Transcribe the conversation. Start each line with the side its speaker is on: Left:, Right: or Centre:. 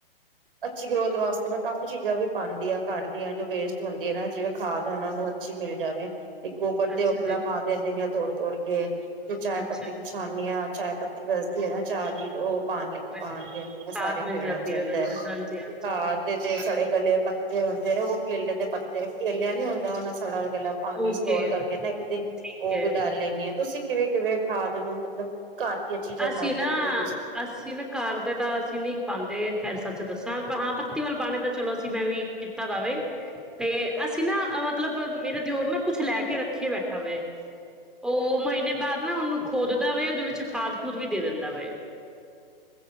Right: ਅੱਛੀ ਗਰੋਥ ਵਾਸਤੇ ਤੇ ਮੈਂ ਕਾਫੀ ਚੀਜ਼ਾਂ ਵੀ ਪਾਉਂਦੀ ਆ ਕਰਦੀ ਹਾਂ ਜੋ ਵੇਸਟ ਹੁੰਦੀ ਆ ਨਾ ਜਿਵੇਂ ਖਾਦ ਉਹਨਾ ਨੂੰ ਅੱਛੀ ਮਿਲ ਜਾਵੇ ਤੇ ਗੋਬਰ ਦੇ
Centre: ਅੱਛਾ
Right: ਉਪਲਾ
Centre: ਜੀ
Right: ਪਾ ਦਿੰਦੇ ਨੇ ਤੋੜ ਤੋੜ ਕੇ ਤੇ ਚਾਏ
Centre: ਅੱਛਾ
Right: ਪੱਤੀ
Centre: ਜੀ
Right: ਛਾਨਨੀ ਆਂ ਚਾਏ ਪੱਤੀ ਬਚਦੀ ਹੈ ਨਾ ਚਾਹਅ ਦੀ ਉਹ ਪਾ ਲ
Centre: ਬਿਲਕੁਲ
Right: ਪਾਉਣ ਲਦੇ ਆ
Centre: ਖਾਦ
Right: ਸਾਰੇ
Centre: ਮਿਲ
Right: ਪੇੜਾ
Centre: ਜਾਂਦੀ
Right: ਚਹਦਾ
Centre: ਹੈ ਉਹਨਾਂ ਨੂੰ ਹਾਂਜੀ ਹਾਂਜੀ
Right: ਤੇ ਖਾ ਤੇ ਤੇ ਸੜੇ ਗਲੇ ਪੱਤੇ ਹੁੰਦੇ ਉਹ ਕੇਲੇ ਦੇ ਪੱਤੇ ਕੇਲਿਆਂ ਨੀ ਹੁੰਦਾ ਉਹਨਾਂ ਸ ਅਲਾ ਪਾਣੀ
Centre: ਓਕੇ
Right: ਸਟੋਰ ਕਰਕੇ ਨਾ ਇੱਕ ਦਿਨ
Centre: ਠੀਕ
Right: ਉਹ
Centre: ਹੈ
Right: ਵੀ ਡਾਲ ਲੈਂਣੀ ਆ ਤੁਸੀਂ ਕਿਵੇਂ- ਕਿਵੇਂ ਖਾਦ ਨੂੰ ਮਤਲਬ ਘਰ ਦੀਆਂ ਚੀਜ਼ਾਂ ਬਣਾ
Centre: ਅਸੀਂ
Right: ਕੇ
Centre: ਨਾ
Right: ਕਿਵੇਂ ਯੂਜ ਕਰਦੇ?
Centre: ਅਸੀਂ ਨਾ ਘਰ ਦੇ ਤਾਂ ਅਸੀਂ ਨੀ ਪਾਂਦੇ। ਖੈਸਕ ਚੱਲ ਦੱਸਾਂ ਹਾਂ ਪੱਤੀ ਵੱਲ ਪਾਣੀ ਤੇ ਚਲੋ ਅਸੀਂ ਮੈਂ ਵੀ ਕੀਤਾ ਜਾਵੇ ਤੇ ਅਸੀਂ ਨਾ ਮਤਲਬ ਮੇਰੇ ਹੋਰ ਨਾ ਕੁਛ ਲੈ ਕੇ ਰੱਖੇ ਬੈਠਾ ਹੋਏ। ਉਹ ਮਹੀਨੇ ਬਾਅਦ ਨਾ ਉਹਨੂੰ ਖੋਦਦਾ ਹੋਵੇ ਉਹਦੇ ਵਿੱਚ ਖਾਦ ਖੁਦ ਵੀ ਦੇ ਦਿੰਦਾ ਪਏ।